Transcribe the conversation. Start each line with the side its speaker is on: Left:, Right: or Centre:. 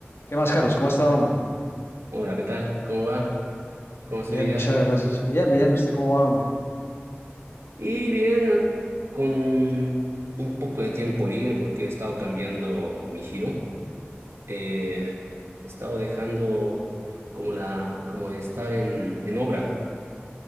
Left: ¿Qué más, Carlos? ¿Cómo ha estado, hombre?
Right: Hola, ¿qué tal? ¿Cómo va? ¿Cómo va
Left: Bien,
Right: esa vida?
Left: muchas gracias. Bien, bien. ¿Usted cómo va, hombre?
Right: Y bien, eh, con un poco de tiempo libre porque he estado cambiando mi giro. Eh, he estado dejando como la, como de estar en, en obra.